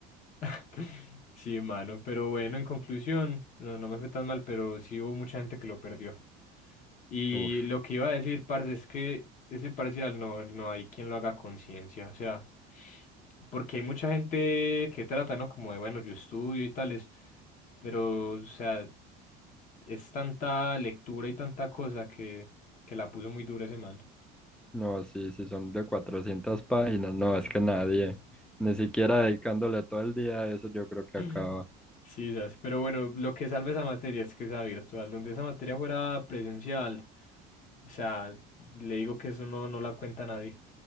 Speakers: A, on the left; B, in the centre.
A: <laughs> Sí, mano, pero bueno, en conclusión, no, no me fue tan mal, pero sí hubo mucha gente que lo perdió. Y
B: Uff,
A: lo que iba a decir, parce, es que ese parcial no, no hay quien lo haga a conciencia, o sea, porque hay mucha gente que trata, ¿no? Como de, bueno, yo estudio y tales, pero, o sea, es tanta lectura y tanta cosa que, que la puso muy dura ese man.
B: no, sí, sí son de 400 páginas, no, es que nadie, ni siquiera dedicándole todo el día a eso, yo creo que
A: <laughs>
B: acaba.
A: Sí, ¿sabes? Pero bueno, lo que salve esa materia es que sea virtual, donde esa materia fuera presencial. O sea, le digo que eso no, no la cuenta nadie.